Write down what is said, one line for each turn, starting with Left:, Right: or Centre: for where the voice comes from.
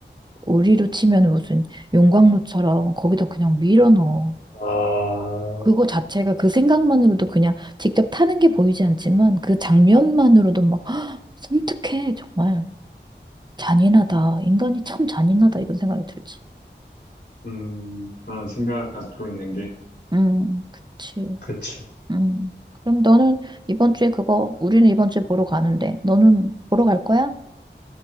Right: 우리로 치면 무슨 용광로처럼 거기다 그냥 밀어넣어.
Left: 아,
Right: 그거 자체가 그 생각만으로도 그냥 직접 타는 게 보이지 않지만 그 장면만으로도 막 <gasps> 섬뜩해, 정말. 잔인하다. 인간이 참 잔인하다. 이런 생각이 들지.
Left: 음, 그런 생각을 갖고 있는 게.
Right: 음, 그치.
Left: 그치.
Right: 음. 그럼 너는 이번 주에 그거, 우리는 이번 주에 보러 가는데, 너는 보러 갈 거야?